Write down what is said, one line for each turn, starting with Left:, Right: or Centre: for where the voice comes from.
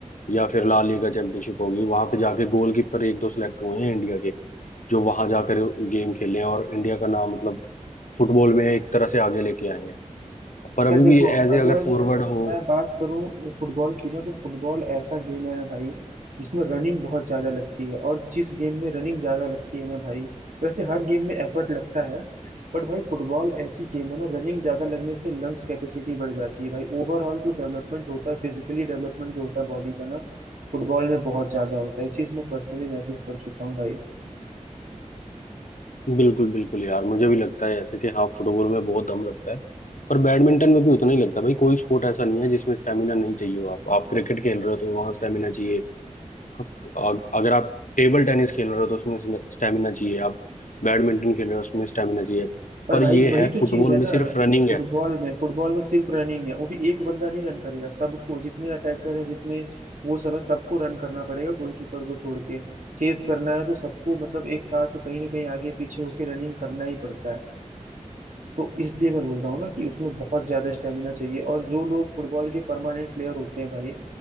Left: या फिर ला लीगा चैंपियनशिप होगी वहां पे जाके गोलकीपर एक दो सिलेक्ट हुए हैं इंडिया के जो वहां जाकर गेम खेले हैं और इंडिया का नाम मतलब फुटबॉल में एक तरह से आगे लेके आए हैं पर अभी
Right: या देखो
Left: भी एज
Right: अगर
Left: ए अगर फॉरवर्ड हो
Right: मैं बात करूं फुटबॉल की ना तो फुटबॉल ऐसा गेम है ना भाई जिसमें रनिंग बहुत ज्यादा लगती है और जिस गेम में रनिंग ज्यादा लगती है ना भाई वैसे हर गेम में एफर्ट लगता है बट भाई फुटबॉल ऐसी गेम है ना रनिंग ज्यादा लगने से लंग्स कैपेसिटी बढ़ जाती है भाई ओवरऑल जो डेवलपमेंट होता है फिजिकली डेवलपमेंट जो होता है बॉडी का ना फुटबॉल में बहुत ज्यादा होता है ये चीज मैं पर्सनली महसूस कर चुका हूँ भाई
Left: बिल्कुल बिल्कुल यार मुझे भी लगता है ऐसे कि हाँ फुटबॉल में बहुत दम लगता है पर बैडमिंटन में भी उतना ही लगता है भाई कोई स्पोर्ट ऐसा नहीं है जिसमें स्टेमिना नहीं चाहिए हो आप आप क्रिकेट खेल रहे हो तो वहाँ स्टेमिना चाहिए अग- अगर आप टेबल टेनिस खेल रहे हो तो उसमें स्टेमिना चाहिए आप बैडमिंटन खेल रहे हो उसमें स्टेमिना चाहिए
Right: पर
Left: पर
Right: भाई
Left: ये
Right: वही
Left: है
Right: तो
Left: फुटबॉल
Right: चीज है
Left: में
Right: ना
Left: सिर्फ रनिंग
Right: फुटबॉल
Left: है
Right: में फुटबॉल में सिर्फ रनिंग है वो भी एक बंदा नहीं रन करेगा सबको जितने अटैकर हैं जितने वो सब है सबको रन करना पड़ेगा गोलकीपर को छोड़ के चेस करना है तो सबको मतलब एक साथ कहीं ना कहीं आगे पीछे होके रनिंग करना ही पड़ता है तो इसलिए मैं बोल रहा हूँ ना कि उसमें बहुत ज्यादा स्टेमिना चाहिए और जो लोग फुटबॉल के परमानेंट प्लेयर होते हैं भाई